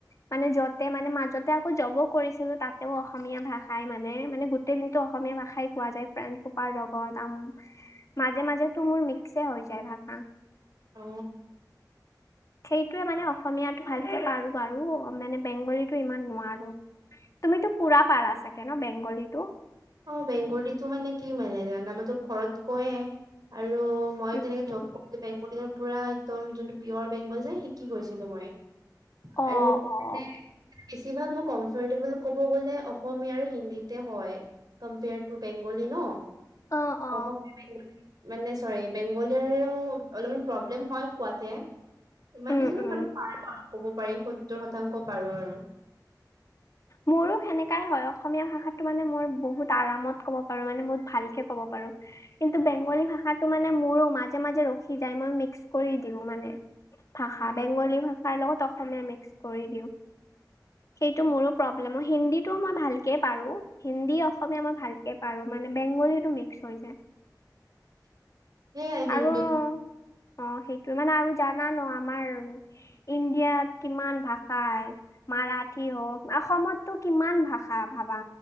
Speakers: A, on the left; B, on the right.
A: মানে যতে মানে মাজতে মই জবো কৰিছিলো তাতেও অসমীয়া ভাষাই মানে মানে গোটেই দিনতটো অসমীয়া ভাষাই কোৱা যায় <unintelligible> লগত আম মাজে মাজেতো মোৰ মিক্সছে হৈ যায় ভাষা।
B: অ
A: সেইটোয়ে মানে অসমীয়াত ভালকে পাৰো বাৰু। মানে বেংগলীতো ইমান নোৱাৰো। তুমিতো পুৰা পাৰা চাগে ন বেংগলীটো?
B: অ, বেংগলীটো মানে কি মানে <unintelligible> আমাৰটো ঘৰত কৈয়ে আৰ আৰু মই
A: উম,
B: তেনেকে
A: উম।
B: জব <unintelligible> পুৰা একদম যোনটো পিয়ৰ বেং <unintelligible> শিকি গৈছিলো মই।
A: অ-অ।
B: আৰু মানে বেছিভাগ মই কম্ফৰটেবল ক'ব গ'লে অসমীয়া আৰু হিন্দীতে হয়। কম্পেয়াৰ টু বেংগলী ন?
A: অ অ
B: অসমীয়া বেংগলী <unintelligible> মানে চৰি বেংগলীয়াৰেও অলপমান প্ৰব্লেম হয় কোৱাতে। ইমান
A: উম
B: বেছি ন
A: উম
B: মানে পাৰো আৰু কব পাৰি। সত্তৰ শতাংশ পাৰো আৰু।
A: মোৰো সেনেকাই হয়। অসমীয়া ভাষাটো মানে মই বহুত আৰামত ক'ব পাৰো, মানে বহুত ভালকে ক'ব পাৰ কিন্তু বেংগলী ভাষাটো মানে মোৰো মাজে মাজে ৰখি যায়। মই মিক্স কৰি দিওঁ মানে। ভাষা বেংগলী ভাষাৰ লগত অসমীয়া মিক্স। কৰি দিওঁ। সেইটো মোৰো প্ৰব্লেম। হিন্দীটো মই ভালকে পাৰো। হিন্দী, অসমীয়া মই ভালকে পাৰো মানে। বেংগলীটো মিক্স হৈ যায়।
B: হেয়াই হিন্দু্
A: আৰু অ, সেইটোৱে মানে আৰু জানা ন আমাৰ ইণ্ডিয়াত কিমান ভাষাই মাৰাঠী হওক, অসমতটো কিমান ভাষা ভাবা।